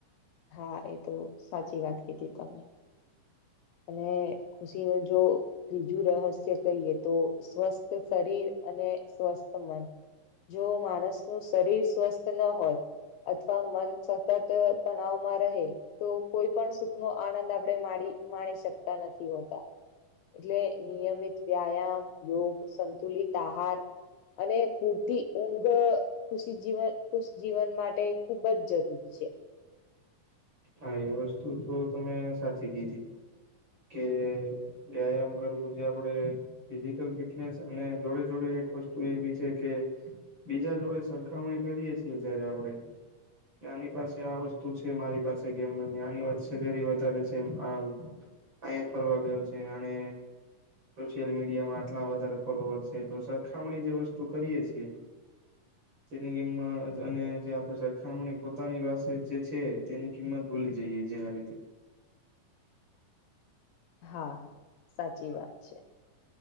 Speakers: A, on the left; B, on the right.
A: હા એ તો સાચી વાત કીધી તમે અને ખુશી ન જો ત્રીજું રહસ્ય કહીએ તો સ્વસ્થ શરીર અને સ્વસ્થ મન જો માણસ નું શરીર સ્વસ્થ ન હોય અથવા મન સતત તણાવમાં રહે તો કોઈ પણ સુખ નો આનંદ આપણે મા માણી શકતા નથી હોતા એટલે નિયમિત વ્યાયામ યોગ સંતુલિત આહાર અને પૂરતી ઊંઘ ખુશી જીવન ખુશી જીવન માટે ખુબ જ જરૂરી છે
B: હા એ વસ્તુ તો તમે સાચી કીધી કે વ્યાયામ કરવું જે આપડે ફિઝિકલ ફિટનેસ અને જોડે જોડે એક વસ્તુ એ બી છે કે બીજા જોડે સરખામણી કરીએ છીએ જયારે આપડણે નાની પાસે આ વસ્તુ છે મારી પાસે એમ નાનીેલેરી વધારે છે આ અહીંયા ફરવા ગયો છે અને સોશિયલ મીડિયામાં આટલા વધારે ફોલોવર છે તો સરખામણી જે વસ્તુ કરીએ છીએ તેની ગમ અને જે આપણે સરખામણી પોતાની પાસે જે છે તેની કિંમત ભૂલી જઈએ જેના લીધે
A: હા સાચી વાત છે